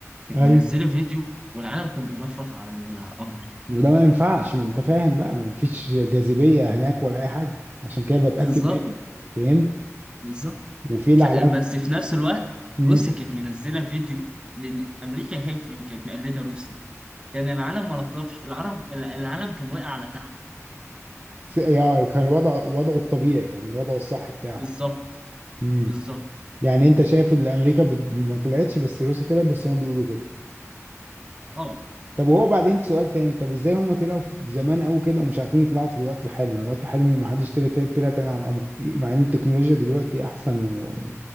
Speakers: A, on the right; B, on the right.
A: كانت
B: ايوه
A: منزلة فيديو والعالم كان بيرفرف على القمر
B: وده ما ينفعش ما انت فاهم بقى ما فيش جاذبية هناك ولا اي حاجة عشان كده بتأكد
A: بالظبط
B: منك فاهم
A: بالظبط
B: وفي العلامة
A: ش- بس في نفس الوقت
B: امم
A: روسيا كانت منزلة فيديو لأن أمريكا كانت كانت مقلدة روسيا كان العالم ما رفرفش العالم العالم كان واقع على تحت
B: يعني كان وضع وضعه الطبيعي يعني الوضع الصح بتاعه
A: بالظبط
B: امم
A: بالظبط
B: يعني انت شايف ان امريكا بت... ما طلعتش بس روسيا طلعت بس هما بيقولوا كده
A: اه
B: طب وهو بعدين سؤال تاني طب ازاي هما طلعوا في زمان قوي كده ومش عارفين يطلعوا في الوقت الحالي ما الوقت الحالي ما حدش طلع طلع تاني على القمر إيه، مع ان التكنولوجيا دلوقتي احسن و-